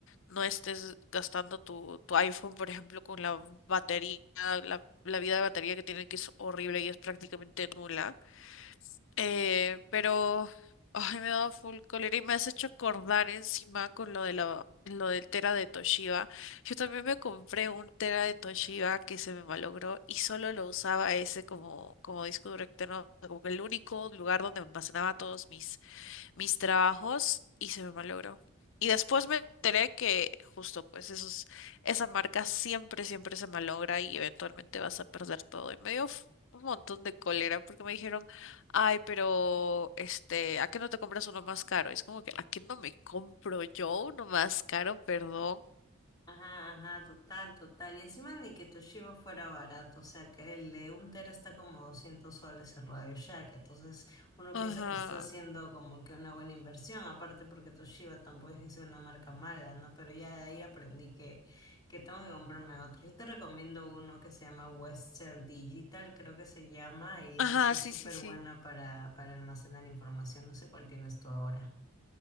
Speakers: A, on the left; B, on the left.
A: no estés gastando tu, tu iPhone, por ejemplo, con la batería, la, la vida de batería que tienen que es horrible y es prácticamente nula. Eh, pero, ay, me da full cólera y me has hecho acordar encima con lo de la, lo del tera de Toshiba. Yo también me compré un tera de Toshiba que se me malogró y solo lo usaba ese como, como disco duro externo, como que el único lugar donde almacenaba todos mis, mis trabajos y se me malogró. Y después me enteré que justo pues esos, esa marca siempre, siempre se malogra y eventualmente vas a perder todo. Y me dio f- un montón de cólera porque me dijeron, ay, pero este, ¿a qué no te compras uno más caro? Y es como que, ¿a qué no me compro yo uno más caro? Perdón.
B: Ajá, ajá, total, total. Y encima ni que Toshiba fuera barato, o sea que el de un tera está como 200 soles en Radio Shack, entonces uno piensa
A: Ajá.
B: que está haciendo como que una buena inversión, aparte porque Toshiba tampoco es que sea una marca mala, ¿no? Pero ya de ahí aprendí que, que tengo que comprarme otro. Yo te recomiendo uno que se llama Westcell Digital, creo que se llama, y
A: Ajá,
B: ese sí es
A: sí,
B: súper
A: sí, sí.
B: buena para, para almacenar información, no sé cuál tienes tú ahora.